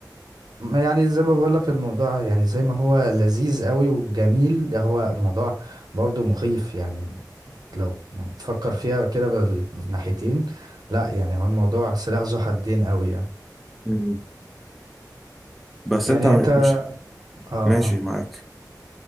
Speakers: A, on the right (about 65°); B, in the centre.
A: ما يعني زي ما بقول لك الموضوع يعني زي ما هو لذيذ قوي وجميل هو الموضوع برضو مخيف يعني لو يعني تفكر فيها كده بالناحيتين لا يعني هو الموضوع سلاح ذو حدين قوي يعني
B: مم. بس
A: يعني
B: انت م-
A: انت اه
B: مش
A: اه
B: ماشي معاك